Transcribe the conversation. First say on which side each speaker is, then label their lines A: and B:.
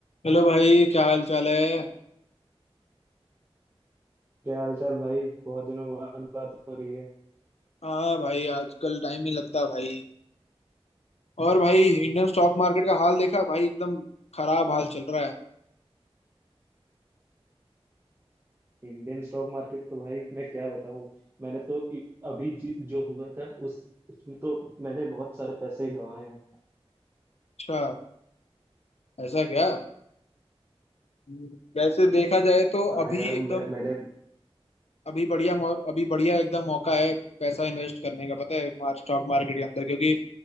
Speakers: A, on the left (about 80°); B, on the right (about 20°).
A: Hello भाई क्या हाल चाल है
B: क्या हाल चाल भाई बहुत दिनों बाद बात हो रही है
A: हाँ भाई आजकल टाइम नहीं लगता भाई और भाई इंडियन स्टॉक मार्केट का हाल देखा भाई एकदम खराब हाल चल रहा है
B: इंडियन स्टॉक मार्केट तो भाई मैं क्या बताऊं मैंने तो इ- अभी जि- जो हुआ था उस उसमें तो मैंने बहुत सारे पैसे गंवाए हैं
A: अच्छा ऐसा क्या हम्म, वैसे देखा जाए तो
B: हाँ
A: अभी
B: यार
A: एकदम
B: मैं मैंने
A: अभी बढ़िया मौ- अभी बढ़िया एकदम मौका है पैसा इन्वेस्ट करने का पता है मार, स्टॉक मार्केट के अंदर क्योंकि